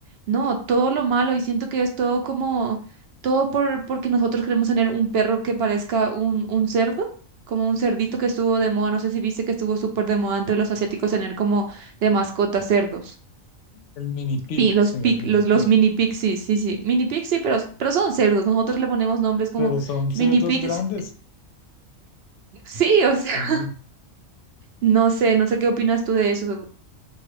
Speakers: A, on the right; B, on the left.
A: No, todo lo malo. Y siento que es todo como, todo por, porque nosotros queremos tener un perro que parezca un, un cerdo, como un cerdito que estuvo de moda. No sé si viste que estuvo súper de moda entre los asiáticos tener como de mascota cerdos.
B: el mini pig,
A: Pi- Los,
B: sí,
A: pi-
B: el mini
A: los,
B: pig.
A: los mini pixies, sí, sí, sí. mini pixies, pero, pero son cerdos. Nosotros le ponemos nombres como
B: Pero son cerdos
A: mini pixies.
B: grandes,
A: Sí, o sea.
B: sí.
A: No sé, no sé qué opinas tú de eso.